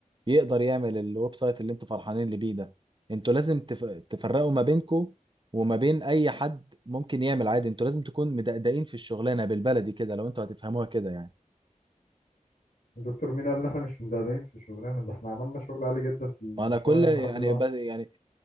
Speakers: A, on the right; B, on the left.
A: يقدر يعمل الويب سايت اللي انتوا فرحانين اللي بيه ده انتوا لازم تف- تفرقوا ما بينكم وما بين اي حد ممكن يعمل عادي انتوا لازم تكون مدقدقين في الشغلانه بالبلدي كده لو انتوا هتفهموها كده يعني
B: الدكتور مين قال ان احنا مش مدقدقين في الشغلانة ده احنا عملنا شغل عالي جدا في المشروع
A: ما انا كل
B: يعني
A: يعني
B: لحد اللحظة
A: بس يعني